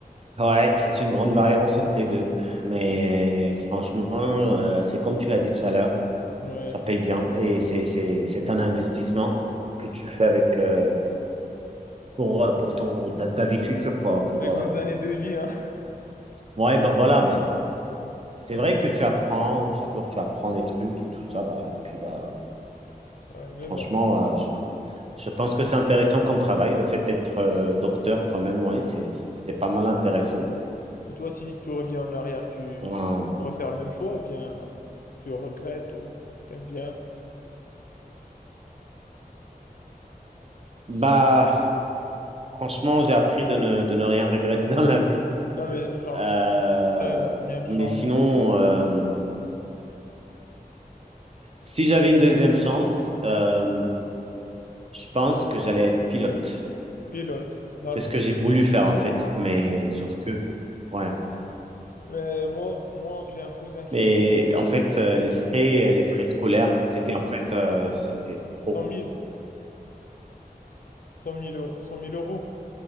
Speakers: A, on the right; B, on the left.
A: Ouais, c'est une grande variance entre les deux. Mais
B: Ouais,
A: franchement, euh, c'est comme tu l'as dit tout à l'heure.
B: Ouais,
A: ça
B: attends.
A: paye bien et c'est, c'est, c'est un investissement que tu fais avec euh, pour, euh, pour ton, ta, ta vie future, quoi. Pour,
B: avec
A: euh,
B: mes années de vie, hein.
A: Ouais, bah voilà, mais c'est vrai que tu apprends, chaque jour tu apprends des trucs et tout ça, bah, et puis bah,
B: Ouais, mais
A: franchement,
B: bon.
A: euh, je, je pense que c'est intéressant comme travail, le fait d'être euh, docteur quand même, ouais, c'est, c'est c'est pas mal intéressant.
B: Et toi, si tu reviens en arrière, tu
A: Euh,
B: tu vas refaire le même choix ou bien tu regrettes ou t'aimes bien?
A: bah,
B: Si tu-
A: franchement, j'ai appris de ne, de ne rien regretter dans la vie.
B: Non, mais genre,
A: Euh,
B: si tu as une deuxième chance.
A: mais sinon, euh, si j'avais une deuxième chance, euh,
B: Ouais,
A: Je pense que j'allais être pilote.
B: pilote, d'accord.
A: C'est ce que j'ai voulu faire en fait, mais sauf que, ouais.
B: Mais moi, moi j'ai un cousin qui
A: Mais
B: est
A: en fait, euh, les frais, euh, les frais scolaires, c'était en fait, euh, c'était trop.
B: 100 000, 100 000 euros. 100 000 euros.